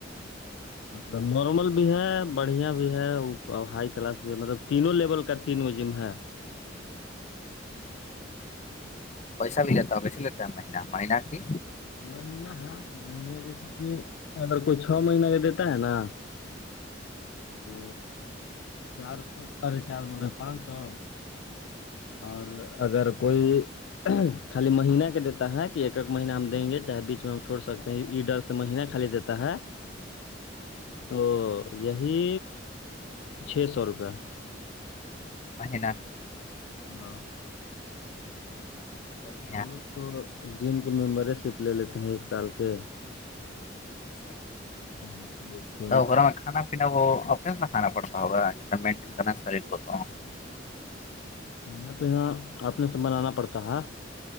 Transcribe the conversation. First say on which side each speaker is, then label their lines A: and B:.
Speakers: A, on the left; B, on the left.
A: مطلب نارمل بھی ہے بڑھیا بھی ہے ہائی کلاس بھی ہے مطلب تینوں لیول کا تین گ جم ہے
B: پیسہ بھی جاتتا ہوگ س لیتا ہے مہینہ مہینہ کی
A: مہینہ ہے مہنے جیسے کہ اگر کوئی چھ مہینہ کا دیتا ہے نا تو چار سو ا رہے چار بول رہے پانچ سو اور اگر کوئی خالی مہین کے دیتا ہے کہ ایک ایک مہین ہم دیں گے چاہے بیچ میں ہم چھوڑ سکتے ہیں ای ڈسٹ مہینہ خالی دیتا ہے تو یہی چھ سو روپے
B: مہین
A: ہاں
B: بڑھیا
A: ہم لوگ تو جم کے ممبر شپ لے لیتے ہیں ایک سال کے
B: اچھا
A: ہاں ج
B: اا میں کانا پینا وہ اپنے سے نہ کھانا پڑتا ہوگاناٹ کرنا شریر کو تو
A: کھانا پینا اپنے سے بنانا پڑتا ہے